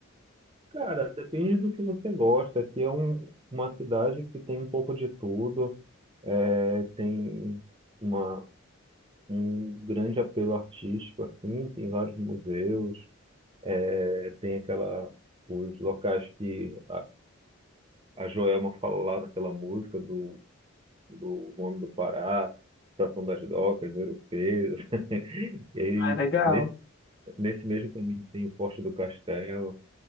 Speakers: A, on the right; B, on the left.
A: Cara, depende do que você gosta. Aqui é um- uma cidade que tem um pouco de tudo. É, tem uma, um grande apelo artístico, assim. Tem vários museus. É, tem aquela, os locais que A Joelma fala lá naquela música do, do Homem do Pará, Estação das Docas, europeia E aí,
B: Ah, é legal.
A: nesse, nesse mesmo caminho tem o Forte do Castelo.